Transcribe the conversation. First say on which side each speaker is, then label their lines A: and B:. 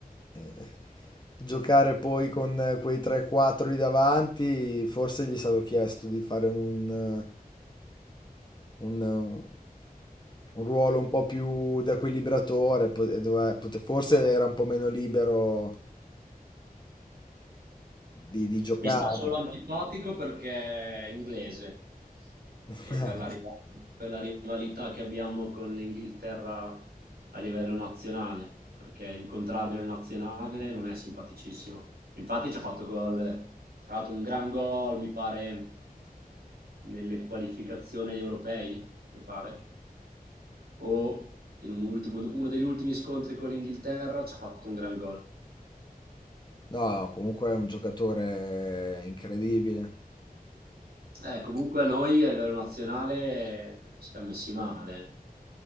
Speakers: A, on the left; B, on the right.
A: Eh, giocare poi con eh, quei 3-4 lì davanti, forse gli è stato chiesto di fare un, eh, un, eh, un ruolo un po' più da equilibratore, po- e dove- pote- forse era un po' meno libero di, di giocare.
B: Mi sta solo antipatico perché è inglese
A: <laughs>
B: e per la, rival- per la rivalità che abbiamo con l'Inghilterra a livello nazionale, perché incontrarmi in nazionale non è simpaticissimo. Infatti ci ha fatto gol, tra l'altro un gran gol, mi pare, nelle qualificazioni agli europei, mi pare, o in un ultimo- uno degli ultimi scontri con l'Inghilterra ci ha fatto un gran gol.
A: No, no, comunque è un giocatore incredibile.
B: Eh, comunque a noi a livello nazionale eh, ci siamo messi male.